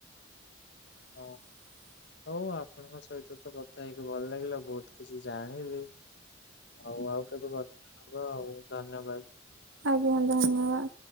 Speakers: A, on the right (about 80°); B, on the left (about 60°).
A: <inaudible>
B: ହଁ। ହଉ ଆପଣଙ୍କ ସହିତ ତ କଥା ହେଇକି ଭଲ ଲାଗିଲା ବହୁତ କିଛି ଜାଣିଲି। ହଉ ଆଉ କେବେ କଥା ହବା ଆଉ ଧନ୍ୟବାଦ।
A: ଆଜ୍ଞା ଧନ୍ୟବାଦ।